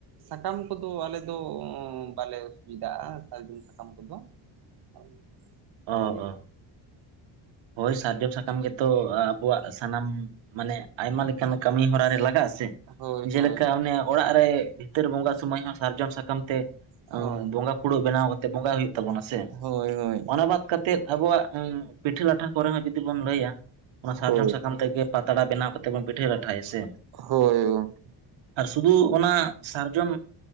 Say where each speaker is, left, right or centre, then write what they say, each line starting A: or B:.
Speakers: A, on the right (about 55°); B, on the right (about 75°).
A: ᱥᱟᱠᱟᱢ ᱠᱚᱫᱚ ᱟᱞᱮ ᱫᱚ ᱵᱟᱞᱮ ᱚᱥᱩᱵᱤᱫᱟᱜ-ᱟ ᱥᱟᱨᱡᱚᱢ ᱥᱟᱠᱟᱢ ᱠᱚᱫᱚ <unintelligible>
B: ᱚ ᱚ ᱦᱳᱭ ᱥᱟᱨᱡᱚᱢ ᱥᱟᱠᱟ ᱟᱢ ᱜᱮᱛᱚ ᱟᱵᱚᱣᱟᱜ ᱥᱟᱱᱟᱢ ᱢᱟᱱᱮ ᱟᱭᱢᱟ ᱞᱮᱠᱟᱱ ᱠᱟᱹᱢᱤ ᱦᱚᱨᱟ ᱨᱮ ᱞᱟᱜᱟᱜᱼᱟ ᱥᱮ
A: ᱦᱳᱭ
B: ᱡᱮᱞᱮᱠᱟ
A: ᱦᱳᱭ
B: ᱚᱱᱮ ᱚᱲᱟᱜ ᱨᱮ ᱵᱷᱤᱛᱟᱹᱨ ᱵᱚᱸᱜᱟ ᱥᱚᱢᱚᱭ ᱦᱚᱸ ᱥᱟᱨᱡᱚᱢ ᱥᱟᱠᱟᱢ ᱛᱮ
A: ᱦᱳᱭ
B: ᱵᱚᱸᱜᱟ ᱯᱷᱩᱲᱩᱜ ᱵᱮᱱᱟᱣ ᱠᱟᱛᱮᱜ ᱵᱚᱸᱜᱟ ᱦᱩᱭᱩᱜ ᱛᱟᱵᱚᱱᱟ ᱥᱮ
A: ᱦᱳᱭ ᱦᱳᱭ
B: ᱚᱱᱟ ᱵᱟᱫ ᱠᱟᱛᱮᱜ ᱟᱵᱚᱣᱟᱜ ᱯᱤᱴᱷᱟᱹ ᱞᱟᱴᱷᱟ ᱠᱚᱨᱮ ᱦᱚᱸ ᱡᱩᱫᱤ ᱵᱚᱱ ᱞᱟᱹᱭᱟ ᱚᱱᱟ ᱥᱟᱨᱡᱚᱢ
A: ᱦᱳᱭ
B: ᱥᱟᱠᱟᱢ ᱛᱮᱜᱮ ᱯᱟᱛᱲᱟ ᱵᱮᱱᱟᱣ ᱠᱟᱛᱮ ᱵᱚᱱ ᱯᱤᱴᱷᱟᱹ ᱞᱟᱴᱷᱟᱭᱟ ᱥᱮ
A: ᱦᱳᱭ ᱜ
B: ᱟᱨ ᱥᱩᱫᱩ ᱚᱱᱟ ᱥᱟᱨᱡᱚᱢ